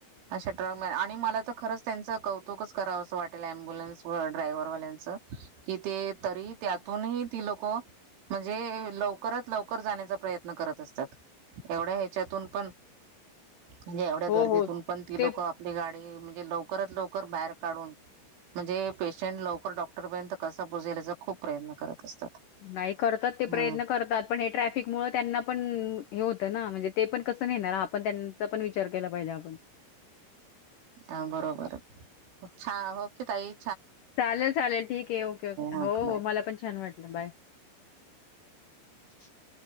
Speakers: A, on the right (about 80°); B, on the left (about 85°).
A: अशा ट्रक मॅन आणि मला तर खरंच त्यांचं कौतुकच करावं असं वाटेल अम्बुन्स व ड्रायव्हरवाल्यांचं कि ते तरी त्यातूनही ती लोक, म्हणजे लवकरात लवकर जाण्याचा प्रयत्न करत असतात एवढ्या त्यातून पण म्हणजे एवढ्या
B: हो,
A: गर्दीतून
B: हो.
A: पण ती
B: ते
A: लोक आपली गाडी, हे लवकर लवकर बाहेर काढून म्हणजे पेशंट लवकर डॉक्टरपर्यंत कसा पोहचेल यांचा खूप प्रयत्न करत असतात.
B: नाही करतात ते
A: हम्म
B: प्रयत्न करतात पण हे ट्रॅफिक मुळे त्यांना पण हे होतं ना म्हणजे ते पण कसं नाहीणार आपण त्यांचा पण विचार केला पाहिजे आपण.
A: हा बरोबर छान हो कि तई
B: चालेल चालेल ठीक आहे ओके ओके
A: हा
B: हो
A: बाय.
B: हो मला पण छान वाटलं बाय <unintelligible>